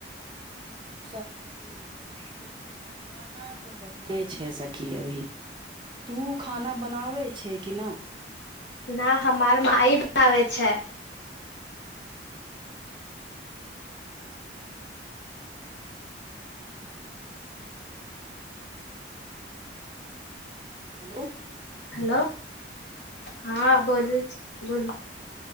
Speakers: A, on the right; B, on the left.
A: सभ ठीक खाना तऽ बन छै सखी अभी तू खाना बनाबै छै किना
B: न हमर म ई ब आ छै
A: जमा कह हेलो
B: हेलो हँ बोलू बोल